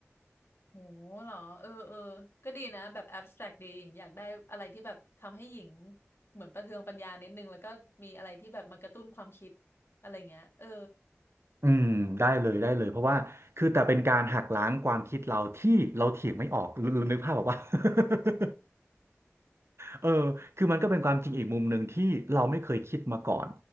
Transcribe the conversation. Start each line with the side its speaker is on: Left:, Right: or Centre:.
Left: โหเหรอเออเออก็ดีนะแบบ abstract ดีหญิงอยากได้อะไรที่แบบทำให้หญิงเหมือนประเทืองปัญญานิดนึงแล้วก็มีอะไรที่แบบมากระตุ้นความคิดอะไรเงี้ยเออ
Right: อืมได้เลยได้เลยเพราะว่าคือแต่เป็นการหักล้างความคิดเราที่เราเถียงไม่ออกหรือหรือนึกภาพบอกว่า <laughs> เออคือมันก็เป็นความจริงอีกมุมหนึ่งที่เราไม่เคยคิดมาก่อน